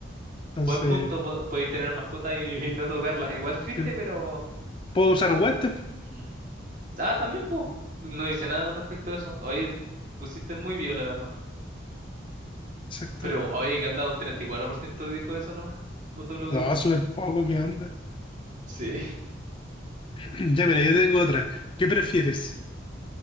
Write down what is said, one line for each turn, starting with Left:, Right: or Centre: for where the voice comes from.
Left: Entonces,
Right: Buen punto, po- podéis tener mascotas y, <laughs> no tocarlas. Igual triste,
Left: sí,
Right: pero...
Left: puedo usar guantes,
Right: mm, Ah, también, pues. No dice nada con respecto a eso. Oye, pusiste muy bien, la verdad.
Left: exacto.
Right: Pero, oye, que anda un 34% dijo eso nomás. Votó lo
Left: No,
Right: que tú.
Left: súper poco, ¿qué onda?
Right: Sí.
Left: <clears throat> Ya mira, yo tengo otra. ¿Qué prefieres?